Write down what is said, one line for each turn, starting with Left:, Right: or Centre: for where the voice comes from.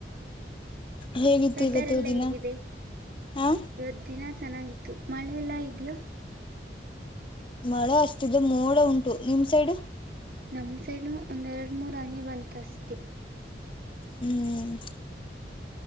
Left: ಹೇಗಿತ್ತು
Right: ವೆದರ್
Left: ಇವತ್ತು
Right: ಎಲ್ಲ
Left: ದಿನ
Right: ಹೇಗಿದೆ
Left: ಹಾ.
Right: ಇವತ್ ದಿನ ಚೆನ್ನಾಗಿತ್ತು ಮಳೆಲ್ಲಾ ಇದ್ಯಾಾ.
Left: ಮಳೆ ಅಷ್ಟಿದೆ ಮೋಡ ಉಂಟು ನಿಮ್ ಸೈಡ್.
Right: ನಮಸೇನು ಒಂದೆರಡು ಮೂರ್ ಅಂಗಿ ಬಂತಸ್ತಿ.
Left: ಹ್ಮ್.